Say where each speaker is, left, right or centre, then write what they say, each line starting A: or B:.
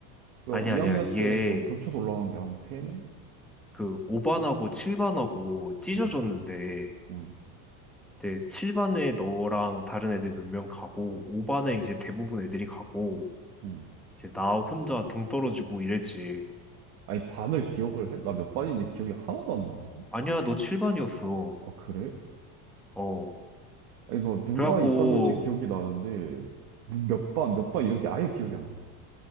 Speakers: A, on the right; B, in the centre.
A: 그
B: 아니야,
A: 2학년
B: 아니야. 이게,
A: 때 좀 겹쳐서 올라간 게 한 3명?
B: 그, 5반하고 7반하고 찢어졌는데,
A: 응, 응.
B: 네, 7반에 너랑 다른 애들 몇 명 가고, 5반에 이제 대부분 애들이 가고,
A: 음.
B: 이제 나 혼자 동떨어지고 이랬지.
A: 아니, 반을 기억을 해? 나 몇 반인지 기억이 하나도 안 나는데?
B: 아니야, 너 7반이었어.
A: 아, 그래?
B: 어.
A: 아니, 이 누가
B: 그래갖고,
A: 있었는지 기억이 나는데, 몇 반, 몇 반 이런 게 아예 기억이 안 나.